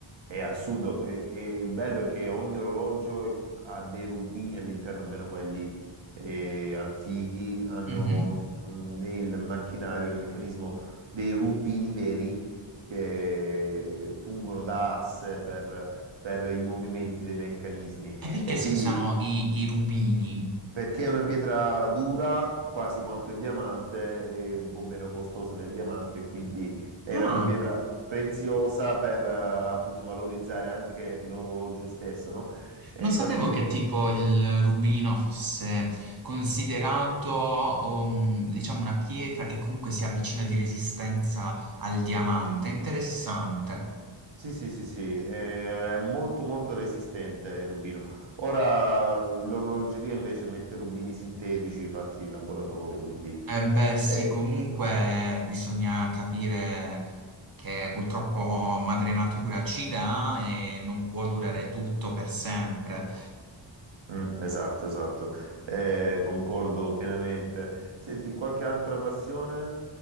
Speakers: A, on the right; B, on the right.
A: è assurdo. E, e bello è che ogni orologio ha dei rubini all'interno, almeno quelli eh, antichi, hanno
B: Mhm.
A: mm, nel macchinario, nel meccanismo dei rubini veri che fungono da asse per per i movimenti dei meccanismi
B: E perché
A: e
B: si
A: quindi
B: usano i, i rubini?
A: perché è una pietra dura quasi quanto il diamante e un po' meno costosa del diamante, quindi era
B: Ah,
A: una pietra preziosa per eh, appunto valorizzare anche l'orologio stesso, no? E
B: non
A: infatti
B: sapevo che tipo il rubino fosse considerato, um, diciamo, una pietra che comunque si avvicina di resistenza al diamante. Interessante.
A: sì, sì, sì, sì, eh, è molto molto resistente il rubino. Ora l'orologeria invece mette rubini sintetici fatti in laboratorio, quindi...
B: Eh beh, sì,
A: eh,
B: comunque bisogna capire che purtroppo madre natura ci dà e non può durare tutto per sempre.
A: Mm, esatto, esatto. Eh, concordo pienamente. Senti, qualche altra passione?